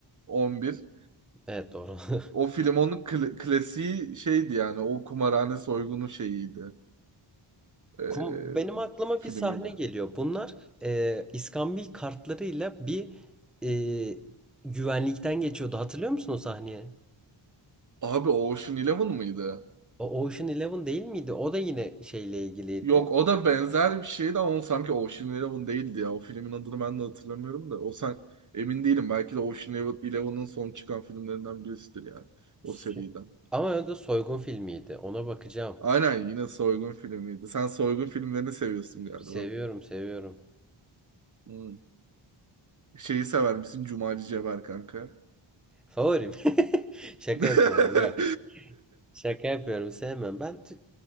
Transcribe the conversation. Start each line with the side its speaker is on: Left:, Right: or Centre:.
Right: 11.
Centre: Evet doğru. <laughs>
Right: O film onun kla- klasiği şeydi yani o kumarhane soygunu şeyiydi. Ee,
Centre: Kum- Benim aklıma
Right: filmiydi.
Centre: bir sahne geliyor. Bunlar e, iskambil kartlarıyla bir e, güvenlikten geçiyordu. Hatırlıyor musun o sahneye?
Right: Abi Ocean Eleven mıydı?
Centre: O Ocean Eleven değil miydi? O da yine şeyle ilgiliydi.
Right: Yok o da benzer bir şeydi ama o sanki Ocean Eleven değildi ya. O filmin adını ben de hatırlamıyorum da. O sen emin değilim. Belki de Ocean Eleven- son çıkan filmlerinden birisidir yani. O
Centre: Su-
Right: seriden.
Centre: Ama o da soygun filmiydi. Ona bakacağım.
Right: Aynen yine soygun filmiydi. Sen soygun filmlerini seviyorsun galiba.
Centre: Seviyorum, seviyorum.
Right: Hmm. Şeyi sever misin? Cumali Ceber kanka.
Centre: Favorim. <laughs> Şaka
Right: <laughs> Hı
Centre: yapıyorum. Yok. Şaka yapıyorum. Sevmem. Ben Tü-